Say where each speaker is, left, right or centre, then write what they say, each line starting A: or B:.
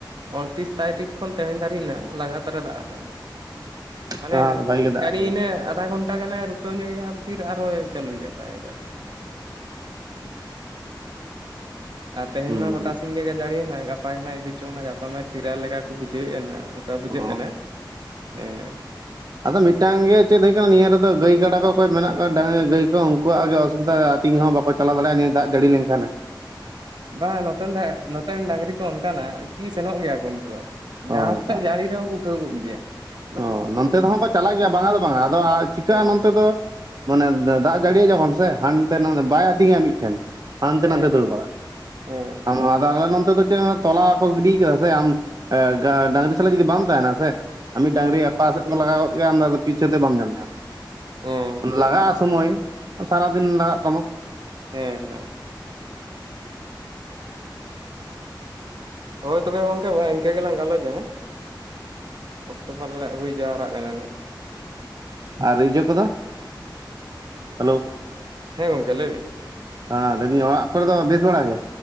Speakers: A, on the right; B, on the right.
A: ᱩᱱᱛᱨᱤᱥ ᱛᱟᱹᱨᱤᱠᱷ ᱠᱷᱚᱱ ᱛᱮᱦᱮᱧ ᱫᱷᱟᱹᱨᱤᱡ ᱱᱟᱜ ᱞᱟᱜᱟᱛᱟᱨᱮ ᱫᱟᱜ ᱟᱠᱟᱫ ᱱᱟᱜ ᱾
B: <inaudible>
A: ᱢᱟᱱᱮ
B: ᱵᱷᱟᱜᱤ ᱜᱮ ᱫᱟᱜ
A: ᱠᱟᱨᱤ
B: ᱟᱠᱟᱫᱟ
A: ᱤᱱᱟᱹᱜ ᱟᱫᱷᱟ ᱜᱷᱚᱱᱴᱟ ᱜᱟᱱ ᱮ ᱨᱩᱠᱟᱹᱣ ᱧᱚᱜᱼᱟ ᱯᱷᱤᱨ ᱟᱨᱦᱚᱸ ᱪᱟᱹᱞᱩᱭ ᱮᱜ-ᱟ ᱛᱟᱭ ᱫᱟᱜ ᱾ ᱟᱨ ᱛᱮᱦᱮᱧ
B: ᱦᱩᱸ
A: ᱢᱟ ᱜᱚᱴᱟ ᱥᱤᱝ ᱜᱮ ᱜᱮ ᱡᱟᱲᱤᱭ ᱮᱱᱟ ᱜᱟᱯᱟ ᱜᱮ ᱱᱟᱦᱟᱜ ᱤᱫᱤᱪᱚᱝ ᱱᱟᱜ ᱜᱟᱯᱟ ᱢᱟᱭ ᱛᱷᱤᱨᱟ ᱞᱮᱠᱟ ᱠᱚ ᱵᱩᱡᱷᱟᱹᱣ ᱮᱫᱟ ᱱᱟᱦᱟᱜ ᱾ ᱚᱱᱠᱟ ᱵᱩᱡᱷᱟᱹᱜ
B: ᱚ
A: ᱠᱟᱱᱟ ᱦᱮᱸ
B: ᱟᱫᱚ ᱢᱤᱫᱴᱟᱝ ᱜᱮ ᱪᱮᱫ ᱦᱳᱭ ᱠᱟᱱᱟ ᱱᱤᱭᱟᱹ ᱨᱮᱫᱚ ᱜᱟᱹᱭ ᱜᱟᱰᱟ ᱠᱚᱠᱚ ᱢᱮᱱᱟᱜ ᱠᱚᱣᱟ ᱰᱟᱝ ᱜᱟᱹᱭ ᱠᱚ ᱩᱱᱠᱩᱣᱟᱜ ᱟᱜᱮ ᱚᱥᱩᱵᱤᱫᱟ ᱾ ᱴᱤᱝ ᱦᱚᱸ ᱵᱟᱠᱚ ᱪᱟᱞᱟᱣ ᱫᱟᱲᱮᱭᱟᱜᱼᱟ ᱱᱤᱭᱟᱹ ᱫᱟᱜ ᱡᱟᱹᱲᱤ ᱞᱮᱱᱠᱷᱟᱱᱮ ᱾
A: ᱵᱟᱝ ᱱᱚᱛᱮᱱ ᱫᱚ ᱦᱟᱸᱜ ᱱᱚ <unintelligible> ᱰᱟᱹᱟᱝᱨᱤ ᱠᱚ ᱚᱱᱠᱟᱱᱟᱜ ᱠᱤ ᱥᱮᱱᱚᱜ ᱜᱮᱭᱟ ᱠᱚ ᱩᱱᱠᱩ ᱫᱚ
B: ᱚ
A: ᱡᱟᱦᱟᱸ ᱛᱤᱱᱟᱹᱜ ᱡᱟᱹᱲᱤ ᱨᱮᱦᱚᱸ ᱠᱚ ᱩᱴᱷᱟᱹᱣ ᱠᱚᱜ ᱜᱮᱭᱟ ᱾
B: ᱦᱚᱸ ᱱᱚᱱᱛᱮ ᱫᱚᱦᱚ ᱠᱚ ᱪᱟᱞᱟᱜ ᱜᱮᱭᱟ ᱵᱟᱝᱼᱟ ᱫᱚ ᱵᱟᱝᱼᱟ ᱟᱫᱚ ᱪᱤᱠᱟᱹᱜᱼᱟ
A: ᱦᱮᱸ
B: ᱱᱚᱱᱛᱮ ᱫᱚ ᱢᱟᱱᱮ ᱫᱟᱜ ᱮ ᱡᱟᱹᱲᱤᱭᱟ ᱡᱮᱢᱚᱱ ᱥᱮ ᱦᱟᱱᱛᱮ ᱱᱟᱱᱛᱮ ᱵᱟᱭ ᱟᱹᱛᱤᱧᱟ ᱢᱤᱫᱴᱷᱮᱱ ᱾ ᱦᱟᱛᱮ
A: ᱦᱮᱸ
B: ᱱᱟᱛᱮ ᱫᱟᱹᱲᱟᱲᱟ
A: ᱦᱮᱸ ᱦᱮᱸ
B: ᱟ ᱟᱫᱚ ᱟᱞᱮ ᱱᱚᱱᱛᱮ ᱫᱚ ᱪᱮᱫ ᱛᱚᱞᱟ ᱠᱚ ᱜᱤᱰᱤᱭ ᱠᱟᱫᱟ ᱥᱮ ᱟᱢ ᱰᱟᱝᱨᱤ ᱥᱟᱞᱟᱜ ᱡᱩᱫᱤ ᱵᱟᱢ ᱛᱟᱦᱮᱱᱟ ᱥᱮ ᱟᱢᱤᱡ ᱰᱟᱝᱨᱤ ᱟᱠᱚᱥᱮᱫ ᱠᱚ ᱞᱟᱜᱟ ᱜᱚᱫ ᱠᱟᱭᱟ ᱟᱢ ᱫᱚ ᱟᱫᱚ ᱯᱤᱪᱷᱟᱹ ᱛᱮ ᱵᱟᱢ ᱧᱟᱢ ᱧᱟᱢᱮᱭᱟ
A: ᱦᱮᱸ
B: ᱾ ᱞᱟᱜᱟᱼᱟ ᱥᱚᱢᱚᱭ ᱥᱟᱨᱟᱫᱤᱱ ᱞᱟᱜᱟᱜ ᱛᱟᱢᱟ᱾
A: ᱦᱮᱸ ᱦᱮᱸ ᱦᱳᱭ ᱛᱚᱵᱮ ᱜᱚᱝᱠᱮ ᱢᱟ ᱤᱱᱠᱟᱹ ᱜᱮᱞᱟᱝ ᱜᱟᱞᱚᱪᱟ ᱦᱮᱸ᱾ ᱚᱠᱛᱚ ᱯᱟᱞᱮᱛ ᱦᱩᱭ ᱡᱟᱣᱨᱟᱜ ᱠᱟᱱᱟ ᱱᱟᱜ ᱾
B: ᱟᱨ ᱤᱭᱟᱹ ᱠᱚᱫᱚ ᱦᱮᱞᱳ ᱾
A: ᱦᱮᱸ ᱜᱚᱝᱠᱮ ᱞᱟᱹᱭᱵᱤᱱ᱾
B: ᱦᱮᱸ ᱞᱟᱹᱭ ᱫᱤᱧ ᱚᱲᱟᱜ ᱠᱚᱨᱮ ᱫᱚ ᱵᱮᱥ ᱵᱟᱲᱟ ᱜᱮ?